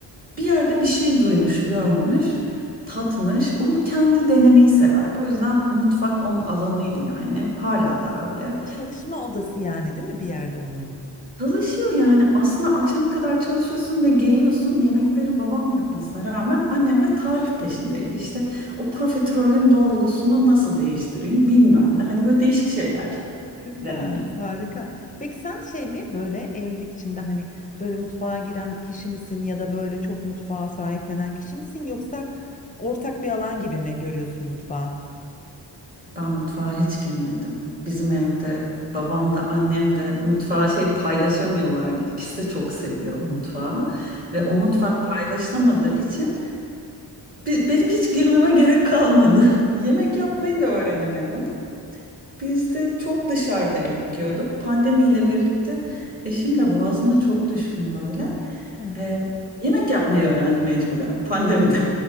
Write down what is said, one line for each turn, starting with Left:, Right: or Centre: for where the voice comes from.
Right: bir yerde bir şey duymuş, görmüş, tatmış. Onu kendi denemeyi severdi. O yüzden mutfak onun alanıydı yani. Hala da öyle.
Left: Çalışma odası yani değil mi bir yerde onun?
Right: Çalışıyor yani aslında akşama kadar çalışıyorsun ve geliyorsun yemekleri babam yapmasına rağmen annem de tarif peşindeydi. İşte o profiterolün dolgusunu nasıl değiştireyim bilmem ne hani böyle değişik şeyler
Left: Süper,
Right: denemeyiz.
Left: harika. Peki sen şey mi böyle evlilik içinde hani böyle mutfağa giren kişi misin ya da böyle çok mutfağa sahiplenen kişi misin yoksa ortak bir alan gibi mi görüyorsun mutfağı?
Right: Ben mutfağa hiç girmedim. Bizim evde babam da annem de mutfağı şey paylaşamıyorlardı. İkisi de çok seviyor mutfağı ve
Left: Hı.
Right: o mutfak paylaşılamadığı için bi- benim hiç girmeme gerek kalmadı. <laughs> Yemek yapmayı
Left: Evet.
Right: da öğrenemedim. Biz de çok dışarıda yemek yiyorduk. Pandemiyle birlikte eşim de boğazına çok düşkün böyle.
Left: Hı.
Right: Ee, yemek yapmayı öğrendi mecburen pandemide. <laughs>